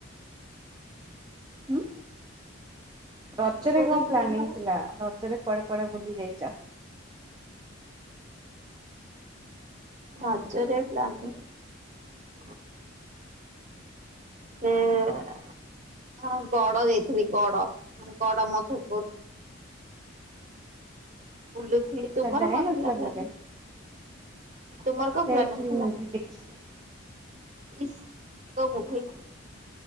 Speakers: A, on the right; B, on the right.
A: ହୁଁ।
B: ଯାଜପୁର
A: ରଜରେ
B: ରୋଡରେ
A: କଣ
B: ଫିଲ୍ମ
A: ପ୍ଲାନିଂ
B: ହଲ
A: ଥିଲା। ରଜରେ କୁଆଡେ କୁଆଡେ ବୁଲି ଯାଇଛ?
B: ରାଜରେ ପ୍ଲାନିଙ୍ଗ। ସେଇଆବା। ହଁ ଗଡ ଯାଇଥିଲି ଗଡ ଗଡ ମଧୁପୁର। <inaudible> ବୁଲୁଥିଲି
A: ଆଚ୍ଛା
B: ତୁମର
A: ଯାଇ
B: କଣ
A: ନଥିଲ
B: ଥିଲା ପ୍ଲାନିଙ୍ଗ?
A: କେବେ
B: ତୁମର କଣ
A: ଯାଇଥିଲି
B: ପ୍ଲାନିଂ ଥିଲା।
A: ମୁଭି ଦେଖି।
B: ଇଶି ତୋ ମୋ ଭାଇ।